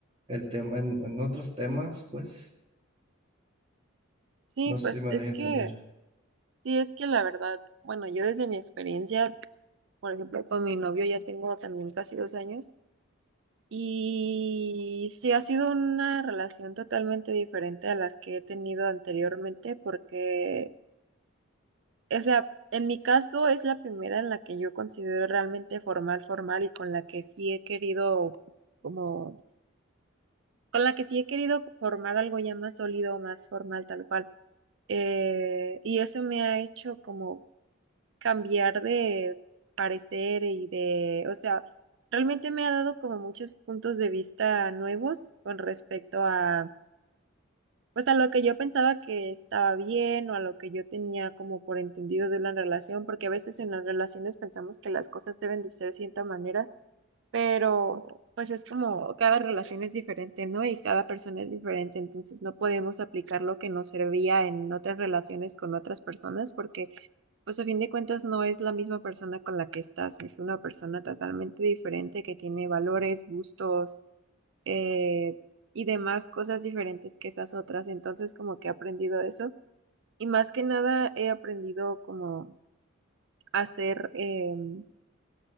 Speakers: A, on the right; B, on the right.
A: el tema, en, en otros temas, pues.
B: Sí,
A: No
B: pues
A: sé si me
B: es
A: doy a entender.
B: que, sí, es que la verdad, bueno, yo desde mi experiencia, por ejemplo, con mi novio ya tengo también casi dos años y sí ha sido una relación totalmente diferente a las que he tenido anteriormente porque, o sea, en mi caso es la primera en la que yo considero realmente formal, formal y con la que sí he querido como con la que sí he querido formar algo ya más sólido, más formal, tal cual. Eh, y eso me ha hecho como cambiar de parecer y de, o sea, realmente me ha dado como muchos puntos de vista nuevos con respecto a, pues a lo que yo pensaba que estaba bien o a lo que yo tenía como por entendido de una relación, porque a veces en las relaciones pensamos que las cosas deben de ser de cierta manera pero pues es como cada relación es diferente, ¿no? Y cada persona es diferente, entonces no podemos aplicar lo que nos servía en otras relaciones con otras personas porque pues a fin de cuentas no es la misma persona con la que estás, es una persona totalmente diferente que tiene valores, gustos, eh, y demás cosas diferentes que esas otras, entonces como que he aprendido eso y más que nada he aprendido como hacer em,